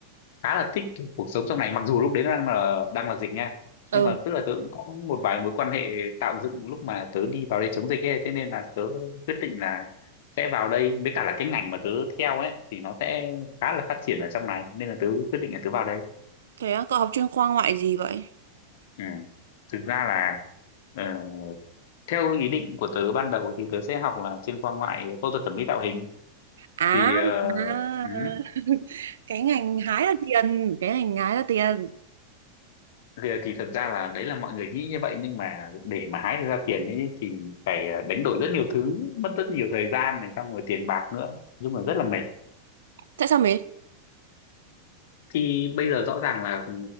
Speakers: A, on the left (about 50°); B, on the right (about 60°).
A: khá là thích cái cuộc sống trong này mặc dù lúc đấy nó đang là đang là dịch nha nhưng
B: Ừ,
A: mà tức là tớ cũng có một vài mối quan hệ tạo dựng lúc mà tớ đi vào đây chống dịch ấy thế nên là tớ quyết định là sẽ vào đây với cả là cái ngành mà tớ theo ấy thì nó sẽ khá là phát triển ở trong này nên là tớ quyết định là tớ vào đây
B: thế á, cậu học chuyên khoa ngoại gì vậy?
A: ừ. thực ra là ờ, theo ý định của tớ ban đầu thì tớ sẽ học là chuyên khoa ngoại phẫu thuật thẩm mỹ tạo hình
B: À,
A: thì ờ,
B: à.
A: ừ.
B: <laughs> cái ngành hái là tiền, cái ngành hái là tiền.
A: thì, thì thật ra là đấy là mọi người nghĩ như vậy nhưng mà để mà hái được ra tiền ấy thì phải ờ, đánh đổi rất nhiều thứ mất rất nhiều thời gian này xong rồi tiền bạc nữa nói chung là rất là mệt
B: tại sao mệt
A: thì bây giờ rõ ràng là ừ,